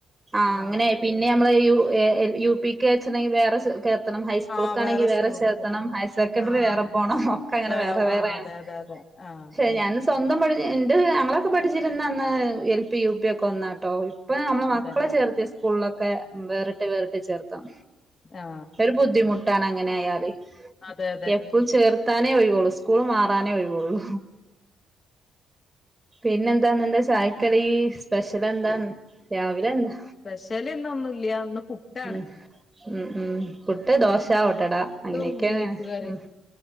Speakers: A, on the right; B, on the left.
A: ആഹ്
B: ആ
A: അങ്ങനെ പിന്നെ നമ്മള്
B: ആ
A: യു എൽ യു പിക്ക് വെച്ചണങ്കി വേറെ കേർത്തണം ഹൈസ്കൂൾക്കാണെങ്കി
B: ആ,
A: വേറെ
B: സ്കൂൾക്ക്
A: ചേർത്തണം
B: പോ
A: ഹൈ- സെക്കന്റെറി
B: ആ
A: വേറെ
B: അങ്ങനെ
A: പോണം ഒക്കെങ്ങനെ
B: വേണം
A: വേറെ വേറെയാണ്
B: ആ അതെ അതെ അതെ ആ
A: ശേ
B: ആ
A: ഞാൻ സ്വൻ- ന്തപഴിഞ്ഞ് എണ്ട് ഞങ്ങളൊക്കെ പഠിച്ചിരിന്ന അന്ന് എൽ പി യു പി ഒക്കെ ഒന്നാട്ടോ. അപ്പൊ നമ്മള് മക്കളെ
B: അതല്ലേ
A: ചേർത്ത് സ്കൂളിലൊക്കെ വേറിട്ട് വേറിട്ട് ചേർത്താം
B: ആ
A: ഒരു ബുദ്ധിമു- മുട്ടാണ് അങ്ങനെ ആയാല്
B: അതെ അതെ
A: എപ്പു ചേർ - ത്താനേ ഒഴിവോള്ളൂ സ്കൂള് മാറാനേ ഒഴിവോള്ളൂ. പിന്നെന്താന്ന എന്താ ചായക്കറി സ്പെഷ്യൽ? ന്നെ എന്താ രാവിലെ എന്താ
B: സ്പെഷ്യൽ ഇന്നൊന്നുല്ല ഇന്ന് പുട്ടാണ്
A: ഉം. ഉം ഉം പുട്ട്, ദോശ, ഓട്ടട അങ്ങനെയൊക്കെയാന്
B: പുട്ടും ബീഫ് കറിയും
A: ഉം.